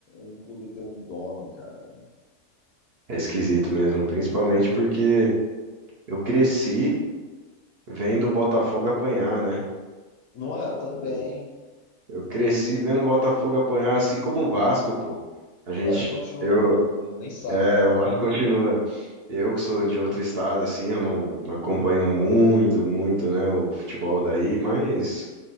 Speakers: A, on the left; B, on the right.
A: um- um clube ter um dono, cara.
B: É esquisito mesmo, principalmente porque eu cresci vendo o Botafogo apanhar, né?
A: Não é? Também.
B: Sim. Eu cresci vendo o Botafogo apanhar, assim como o Vasco, pô. A
A: O
B: gente,
A: Vasco continua
B: eu,
A: apanhando, nem SAF.
B: é,
A: deu
B: o
A: jeito.
B: Vasco continua. Eu que sou de outro estado, assim, eu não, não acompanho muito, muito, né, o futebol daí, mas